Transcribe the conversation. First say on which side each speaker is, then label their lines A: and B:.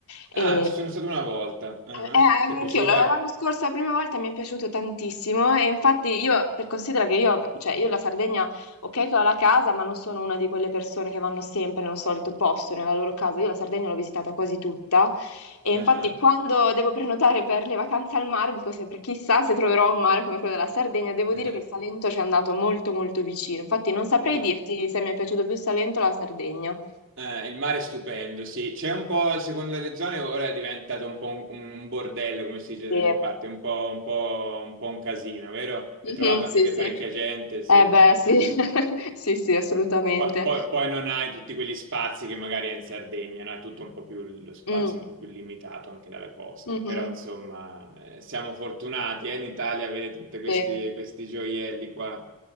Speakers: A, on the left; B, on the right.
A: E
B: Ah, ci sono stato una volta. Ah,
A: eh,
B: ah.
A: eh,
B: Ti è piaciuta?
A: anch'io la- l'anno scorso, la prima volta mi è piaciuto tantissimo e infatti io, per considera che io, cioè io la Sardegna, ok che ho la casa, ma non sono una di quelle persone che vanno sempre nello solito posto, nella loro casa, io la Sardegna l'ho visitata quasi tutta e
B: Ah,
A: infatti
B: ah.
A: quando devo prenotare per le vacanze al mare dico sempre chissà se troverò un mare come quello della Sardegna, devo
B: Ah,
A: dire
B: ah.
A: che il Salento ci è andato molto molto vicino, infatti non saprei
B: Mm.
A: dirti se mi è piaciuto più il Salento o la Sardegna.
B: Eh, il mare è stupendo, sì. C'è un po', secondo delle zone, ora è diventato un po' un, un bordello, come si dice dalle
A: Sì, <laughs>
B: mie parti, un po', un po', un po' un casino, vero?
A: Mhm,
B: Hai trovato anche
A: sì,
B: te
A: sì.
B: parecchia gente, sì.
A: Eh beh,
B: eh,
A: sì,
B: eh,
A: <laughs>
B: eh.
A: sì, sì, assolutamente.
B: Poi, poi- poi non hai tutti quegli spazi che magari hai in Sardegna, no? È tutto un po' più, lo spazio
A: Mm,
B: è un po' più limitato anche dalla costa.
A: mhm,
B: Però, insomma, eh, siamo fortunati, eh, in Italia avere tutti questi,
A: Sì,
B: questi gioielli qua.